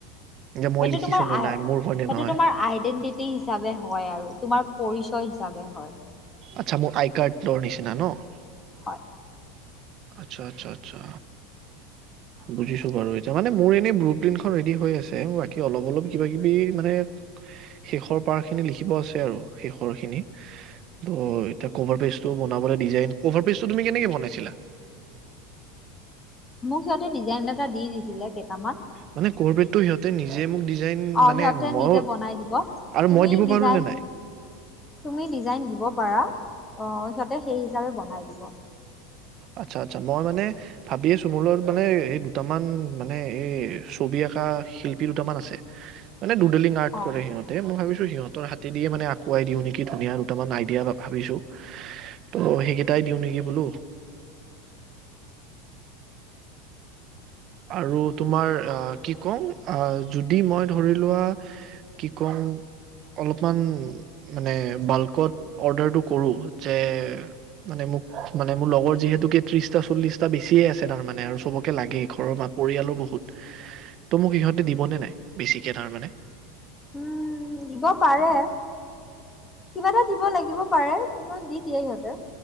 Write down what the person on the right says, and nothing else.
যে মই
লিখিছো
নে
নাই মোৰ হয় নে
নহয়
আচ্ছা মোৰ আই কাৰ্ডৰ নিচিনা ন'?
আচ্ছা আচ্ছা আচ্ছা, বুজিছো বাৰু এতিয়া মানে মোৰ এনেই ব্লু প্ৰিন্টখন ৰেডি হৈ আছে, বাকী অলপ অলপ কিবা কিবি মানে। শেষৰ পাৰ খিনি লিখিব আছে আৰু শেষৰ খিনি। অ', এতিয়া কভাৰ পেজটো বনাবলৈ ডিজাইন, কভাৰ পেজটো তুমি কেনেকে বনাইছিলা?
মানে কভাৰ পেজটো সিহঁতে নিজে মোক ডিজাইন
মানে
মইও
আৰু
মই দিব
পাৰো নে নাই
আচ্ছা আচ্ছা মই মানে ভাবি আছো মোৰ লগত মানে এই দুটামান মানে এই ছবি আঁকা শিল্পী দুটামান আছে। মানে দুডেলিং আৰ্ট
কৰে সিহঁতে মোক সিহঁতৰ হাতে দিয়ে মানে আকুৱাই দিও নেকি। ধুনীয়া দুটামান আইডিয়া ভাবিছো ত' সেইকেইটাই দিও নেকি বোলো। আৰু তোমাৰ অ, কি কও অ, যদি মই ধৰি লোৱা কি কম অলপমান মানে বাল্কত অৰ্ডাৰটো কৰো যে মানে মোক মানে মোৰ লগৰ যিহেতুকে ত্ৰিশটা চল্লিশটা বেছিয়ে আছে তাৰমানে আৰু চবকে লাগে ঘৰৰ ম-পৰিয়ালৰ বহুত ত' মোক ইহঁতে দিবনে নাই? বেছিকে তাৰমানানে।